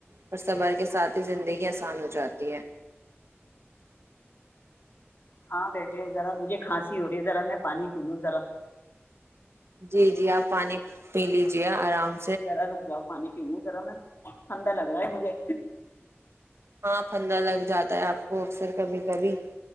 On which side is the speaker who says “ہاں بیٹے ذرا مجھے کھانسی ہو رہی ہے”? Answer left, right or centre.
Left